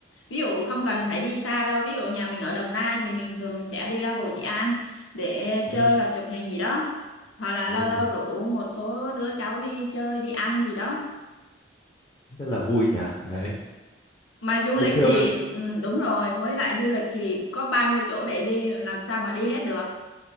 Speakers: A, on the left; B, on the left.
A: ví dụ không cần phải đi xa đâu ví dụ nhà mình ở Đồng Nai thì mình thường sẽ đi ra Hồ Trị An để
B: Ừ,
A: chơi hoặc chụp hình gì đó hoặc là
B: ừ,
A: lâu lâu rủ một số đứa cháu đi chơi đi ăn gì đó
B: rất là vui nhỉ. Đấy.
A: mà du
B: Bình
A: lịch
B: thường
A: thì ừ, đúng rồi mới lại du lịch thì có bao nhiêu chỗ để đi làm sao mà đi hết được